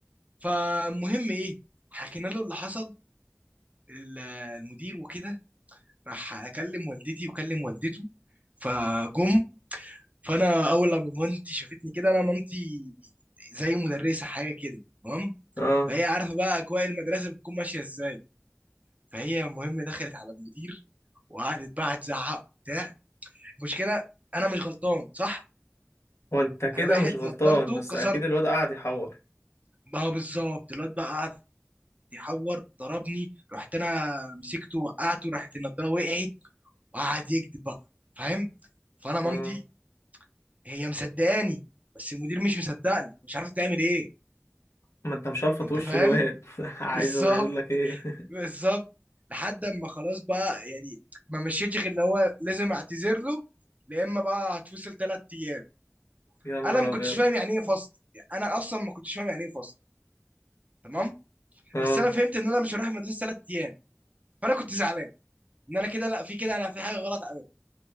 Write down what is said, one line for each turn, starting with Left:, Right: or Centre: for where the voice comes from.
Right: فالمهم ايه حكينا له اللي حصل ال- المدير وكده راح اكلم والدتي وكلم والدته فجم فانا اول لما مامتي شافتني كده انا مامتي زي مدرسه حاجه كده تمام
Left: اه
Right: فهي عارفه بقى اجواء المدرسه بتكون ماشيه ازاي فهي المهم دخلت على المدير وقعدت بقى تزعق وبتاع المشكله انا مش غلطان صح
Left: هو انت كده
Right: انا واحد
Left: مش غلطان
Right: نضارته
Left: بس
Right: كسرت
Left: اكيد الواد قاعد يحور
Right: ما هو بالظبط الواد بقى قعد يحور ضربني رحت انا مسكته وقعته راحت النضاره وقعت وقعد يكذب بقى فاهم فانا مامتي
Left: اه
Right: هي مصدقاني بس المدير مش مصدقني مش عارفه تعمل ايه
Left: ما انت مش هلفط
Right: انت
Left: وش
Right: فاهم
Left: الواد
Right: <laughs>
Left: <laughs> عايز
Right: بالظبط
Left: هو يقول لك ايه <laughs>
Right: بالظبط لحد اما خلاص بقى يعني ما مشيتش غير اللي هو لازم اعتذر له يا اما بقى هتفصل ثلاث ايام
Left: يا نهار
Right: انا ما
Left: ابيض
Right: كنتش فاهم يعني ايه فصل يعني انا اصلا ما كنتش فاهم يعني ايه فصل تمام
Left: اه
Right: بس انا فهمت ان انا مش هروح المدرسه ثلاث ايام فانا كنت زعلان ان انا كده لا في كده انا في حاجه غلط عملها